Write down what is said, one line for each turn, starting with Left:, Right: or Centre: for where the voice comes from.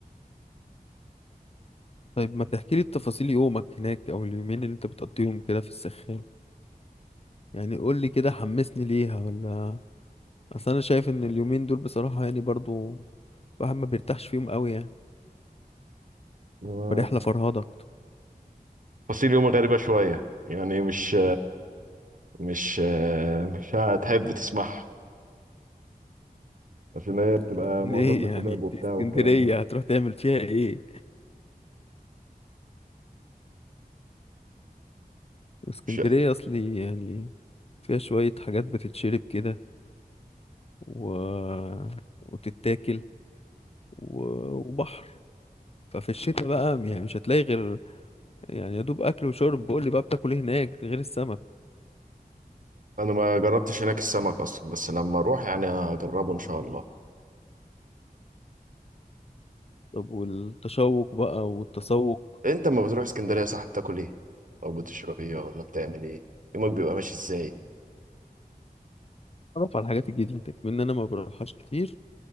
Left: طيب ما تحكي لي التفاصيل يومك هناك او اليومين اللي انت بتقضيهم كده في السخان يعني قول لي كده حمسني ليها ولا اصل انا شايف ان اليومين دول بصراحة يعني برضو الواحد ما بيرتاحش فيهم قوي يعني
Right: أنا-
Left: فرحلة فرهضة أكتر.
Right: فصيل يومي غريبة شوية يعني مش مش آه، مش هتحب تسمعها عشان هي بتبقى
Left: <laughs> ايه
Right: معظمنا
Left: يعني
Right: شباب
Left: دي
Right: وبتاع
Left: اسكندرية
Right: والكلام ده
Left: هتروح تعمل فيها ايه اسكندرية
Right: مش-
Left: اصلي يعني فيها شوية حاجات بتتشرب كده و... وتتاكل و... وبحر ففي الشتاء بقى يعني مش هتلاقي غير يعني يا دوب اكل وشرب بقول لي بقى بتاكل ايه هناك غير السمك
Right: انا ما جربتش هناك السمك اصلا بس لما اروح يعني هجربه ان شاء الله
Left: طب والتشوق بقى والتسوق
Right: انت لما بتروح اسكندريه صح بتاكل ايه او بتشرب ايه ولا بتعمل ايه يومك بيبقى ماشي ازاي
Left: اتعرف على الحاجات الجديده كمان انا ما بروحهاش كتير